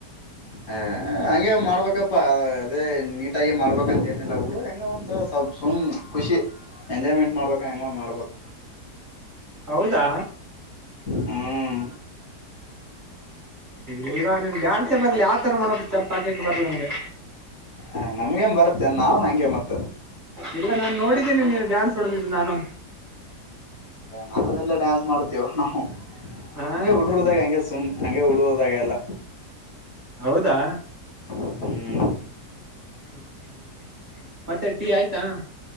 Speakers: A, on the left; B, on the right.
A: ಹ ಹಂಗೆ ಮಾಡ್ಬೇಕಪ್ಪಾ ಅದೇ ನೀಟಾಗಿ ಮಾಡ್ಬೇಕಂತ ಏನಿಲ್ಲ ಹುಡು ಹೆಂಗ ಒಂತ ಸುಮ್ ಖುಷಿ ಎಂಜಾಯ್ಮೆಂಟ್ ಮಾಡ್ಬೇಕ ಹೆಂಗ ಮಾಡ್ಬೇಕ
B: ಹೌದಾ
A: ಹ್ಮ್
B: ಇಲ್ಲಿಗ ನೀನ್ ಡ್ಯಾನ್ಸ ಬರ್ಲಿ ಯಾವ್ ತರ ಮಾಡೋಕ್ ಸ್ಟೆಪ್ ಹಾಕಕೆ ಬರ್ಲ ನನ್ಗೆ
A: ಹ ನಮ್ಗೆನ್ ಬರತ್ತೇ ನಾವ್ನಂಗೆ ಮತ್ತ
B: ಇಲ್ಲ ನಾನ್ ನೋಡಿದ್ದೇನಿ ನೀನು ಡ್ಯಾನ್ಸ್ ಹೊಡದಿದ್ದು ನಾನು
A: ನಾವೆಲ್ಲ ಡ್ಯಾನ್ಸ್ ಮಾಡ್ತೀವ ನಾವು
B: ಹಾ
A: ಹಂ ಉಡರುದಾಗೆ ಹಂಗೆ ಸುಮ್ ಹಂಗೆ ಉಡುವದಾಗೆಲ್ಲ
B: ಹೌದಾ
A: ಹ್ಮ್ಮ
B: ಹ್ಮ ಹ್ಮ ಮತ್ತೆ ಟೀ ಆಯ್ತಾ